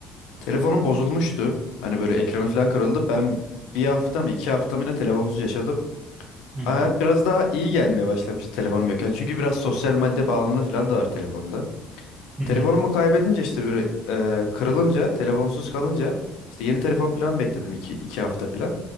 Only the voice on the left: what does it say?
Telefonum bozulmuştu. Hani böyle ekranı falan kırıldı. Ben bir hafta mı iki hafta mı ne telefonsuz yaşadım.
hayat
biraz daha iyi gelmeye başlamış telefonum yokken. Çünkü biraz sosyal medya bağımlılığı falan da var telefonda.
Telefonumu
kaybedince işte böyle e, kırılınca, telefonsuz kalınca işte yeni telefon plan bekledim iki, iki hafta falan.